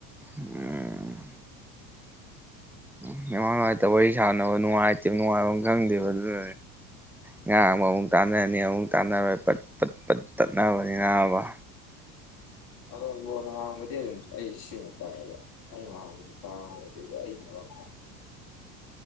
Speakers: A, in the centre; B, on the left.
A: ꯎꯝ ꯃꯃꯥꯡ ꯅꯨꯡꯉꯥꯏꯇ ꯋꯥꯔꯤ ꯁꯥꯟꯅꯕ ꯅꯨꯡꯉꯥꯏꯇꯦꯕ ꯅꯨꯡꯉꯥꯏꯕ ꯈꯪꯗꯦꯕ ꯑꯗꯨ ꯉꯥꯡꯕ ꯑꯃꯨꯛ ꯇꯥꯟꯅꯔꯅꯤ ꯑꯃꯨꯛ ꯇꯥꯟꯅꯔꯣꯏꯠꯠ ꯄꯠ ꯇꯠꯅꯕꯅꯤ ꯉꯥꯡꯕ
B: ꯑꯣ ꯃ ꯑꯗꯨ ꯁꯤ <inaudible>